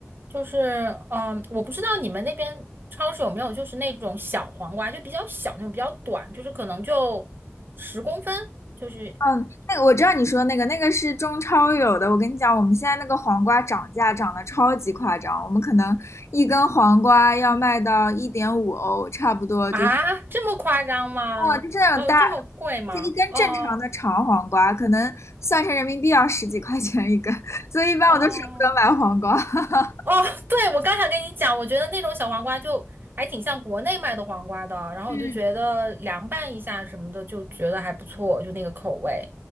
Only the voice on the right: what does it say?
就是嗯，我不知道你们那边超市有没有就是那种小黄瓜，就比较小那种，比较短，就是可能就十公分，就是
啊，这么夸张吗？
哦，这么贵吗？
哦
哦。
哦，<laughs> 对，我刚想跟你讲，我觉得那种小黄瓜就还挺像国内卖的黄瓜的，然后我就觉得凉拌一下什么的，
就觉得还不错，就那个口味。